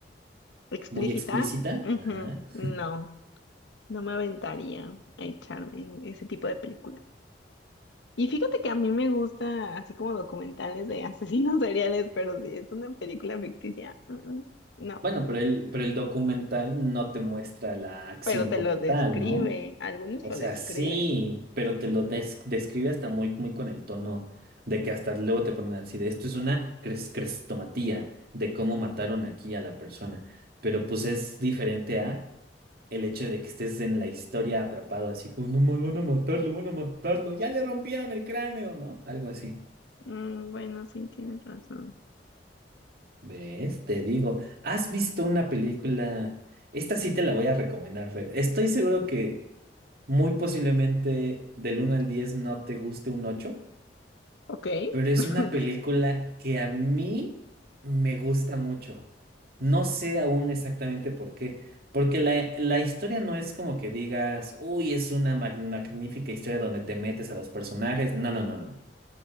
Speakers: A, on the left; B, on the right.
A: Explícita.
B: muy explícita.
A: ujú,
B: Ajá.
A: No, no me aventaría a echarme ese tipo de películas. Y fíjate que a mí me gusta así como documentales de <laughs> asesinos seriales, pero si es una película ficticia, mm, mm, no,
B: Bueno, pero el, pero el documental no te muestra la acción
A: pero te
B: como
A: lo describe,
B: tal, ¿no?
A: algunos
B: O
A: lo
B: sea,
A: describen.
B: sí, pero te lo des- describe hasta muy, muy con el tono de que hasta luego te ponen así de esto es una cres- crestomatía de cómo mataron aquí a la persona. Pero pues es diferente a... el hecho de que estés en la historia atrapado, así como, no, ma- van a matarlo, van a matarlo, ya le rompieron el cráneo, ¿no? Algo así.
A: Mm, bueno, sí, tienes razón.
B: ¿Ves? Te digo, ¿has visto una película? Esta sí te la voy a recomendar, Fer. Estoy seguro que muy posiblemente del uno al 10 no te guste un 8.
A: Ok,
B: Pero
A: <laughs>
B: es una película que a mí me gusta mucho. No sé aún exactamente por qué. Porque la, la historia no es como que digas, uy, es una magnífica historia donde te metes a los personajes. No, no, no, no.